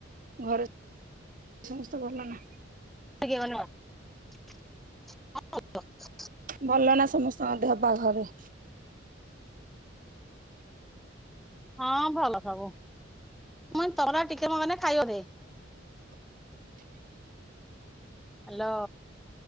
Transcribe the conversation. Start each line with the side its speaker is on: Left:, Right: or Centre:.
Right: ଘରେ ସମସ୍ତେ ଭଲ ନା।
Centre: <unintelligible>
Right: ଭଲ ନା ସମସ୍ତଙ୍କ ଦେହ ପା ଘରେ।
Centre: ହଁ ଭଲ ସବୁ ମୁଇଁ ତରା ଟିକେ ମଗନେ ଖାଇବ ଦେ।
Right: <inaudible>
Centre: ହ୍ୟାଲୋ।